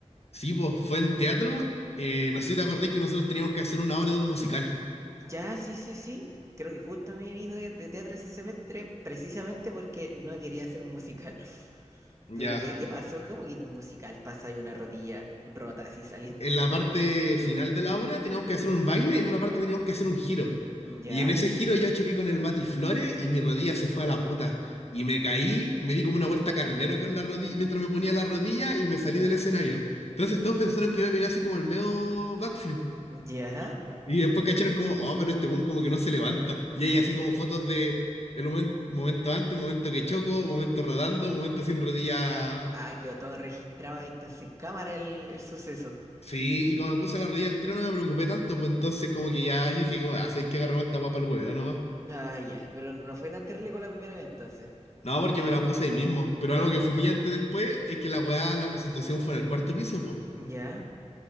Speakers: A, on the left; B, on the right.
A: Sí, pues fue en teatro. eh, no sé si te acordé que nosotros teníamos que hacer una obra de un musical.
B: Ya, sí, sí, sí. Creo que justo me he ido de, de teatro ese semestre precisamente porque no quería hacer un musical. <laughs>
A: Ya,
B: Pero ya, ¿qué pasó? ¿Cómo que de un musical pasa y una rodilla rota así saliéndose?
A: en la parte final de la obra teníamos que hacer un baile y en una parte teníamos que hacer un giro.
B: Ya,
A: Y en ese giro yo choqué con el Mati Flores y mi rodilla se fue a la puta. Y me caí, me di como una vuelta carnero con la rodilla mientras me ponía la rodilla y me salí
B: ya,
A: del escenario. Entonces todos pensaron que iba a pegar así como el medio backflip.
B: ya.
A: <laughs> Y, y después cacharon como, oh, pero este buen como que no se levanta. Y
B: <laughs>
A: hay así como fotos de el momen- momento antes, momento que choco, momento rodando, momento sin rodilla
B: Ah, quedó todo registrado ahí entonces en cámara el, el suceso.
A: Sí, y como me puse la rodilla al tiro no me preocupé tanto, pues entonces como que ya yo dije, como, "Ah, ¿sabes qué? agarramos esta guapa al huevo, ¿no?
B: Ah, ya, pero no fue tan terrible como la primera vez entonces.
A: No, porque me la puse ahí mismo. Pero
B: Ah,
A: algo que fue humillante después es que la weá, la presentación fue en el cuarto piso, pues.
B: ya,